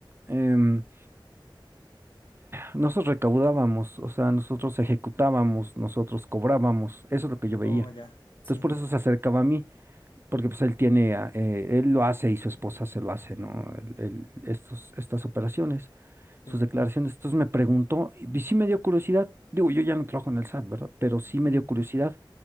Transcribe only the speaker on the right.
em, nosotros recaudábamos, o sea, nosotros ejecutábamos, nosotros cobrábamos. Eso es lo que yo veía.
Entonces,
por eso se acercaba a mí porque pues él tiene, a- eh, él lo hace y su esposa se lo hace, ¿no? El- el- estos, estas operaciones, sus
declaraciones. Entonces me preguntó, y sí me dio curiosidad, digo, yo ya no trabajo en el SAT, ¿verdad? Pero sí me
dio curiosidad.